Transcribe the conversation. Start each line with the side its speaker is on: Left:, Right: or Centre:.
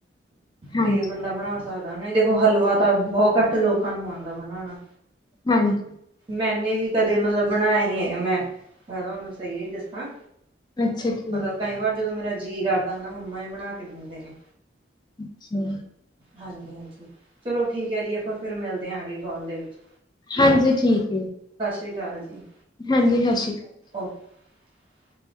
Left: ਹਾਂਜੀ
Right: ਤੇ ਬੰਦਾ ਬਣਾ ਸਕਦਾ ਨਹੀਂ ਦੇਖੋ ਹਲਵਾ ਤਾਂ ਬਹੁਤ ਘੱਟ ਲੋਕਾਂ ਨੂੰ ਆਉਂਦਾ ਬਣਾਉਣਾ
Left: ਹਾਂਜੀ
Right: ਮੈਨੇ ਵੀ ਕਦੇ ਮਤਲਬ ਬਣਾਇਆ ਨੀ ਹੈਗਾ ਮੈਂਨੂੰ ਸਹੀ ਨ ਦੱਸਾਂ
Left: ਅੱਛਾ ਠੀਕ
Right: ਮਤਲਬ ਕਈ ਵਾਰ ਜਦੋਂ ਮੇਰਾ ਜੀਅ ਕਰਦਾ ਹੈਾ ਮੰਮਾ ਇਹ ਬਣਾ ਕੇ ਦਿੰਦੇ ਨੇ
Left: ਅੱਛਾ
Right: ਹਾਂਜੀ-ਹਾਂਜੀ ਚਲੋ ਠੀਕ ਹੈ ਜੀ ਆਪਾਂ ਫਿਰ ਮਿਲਦੇ ਹਾਂ ਅਗਲੀ ਕਾਲ ਦੇ ਵਿੱਚ
Left: ਹਾਂਜੀ ਠੀਕ ਹੈ
Right: ਸਤਿ ਸ਼੍ਰੀ ਅਕਾਲ ਜੀ
Left: ਹਾਂਜੀ ਸਤਿ ਸ਼੍ਰੀ ਅਕਾਲ
Right: <inaudible>